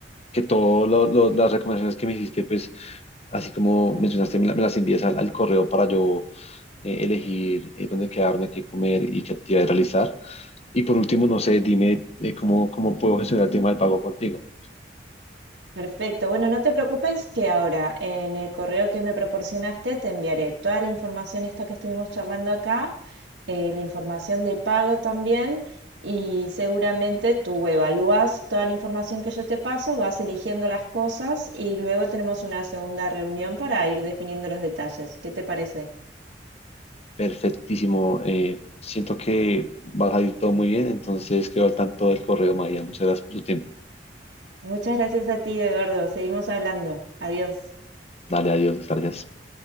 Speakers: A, on the left; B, on the right.
A: que todas las recomendaciones que me hiciste, pues, así como mencionaste, me, la- me las envíes al, al correo para yo eh, elegir eh, dónde quedarme, qué comer y qué actividades realizar. Y por último, no sé, dime eh, cómo, cómo puedo gestionar el tema del pago contigo.
B: Perfecto. Bueno, no te preocupes que ahora en el correo que me proporcionaste te enviaré toda la información esta que estuvimos charlando acá eh, la información de pago también y seguramente tú evalúas toda la información que yo te paso, vas eligiendo las cosas y luego tenemos una segunda reunión para ir definiendo los detalles. ¿Qué te parece?
A: Perfectísimo. eh, siento que vas a ir todo muy bien. Entonces, quedo al tanto del correo, Maya. Muchas gracias por tu tiempo.
B: Muchas gracias a ti, Eduardo. Seguimos hablando. Adiós.
A: Dale, adiós. Gracias.